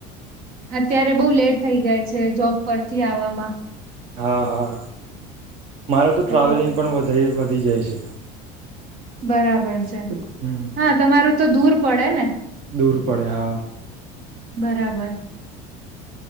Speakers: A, on the right (about 60°); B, on the right (about 40°).
A: અત્યારે બઉ લેટ થઈ જાય છે. જોબ પરથી આવવામાં.
B: હા, હા મારે તો ટ્રાવેલિંગ
A: એટલા માટે.
B: પણ વધે વધી જાય છે.
A: બરાબર છે.
B: હમ
A: હા તમારું તો દૂર પડે ને.
B: દૂર પડે હા
A: બરાબર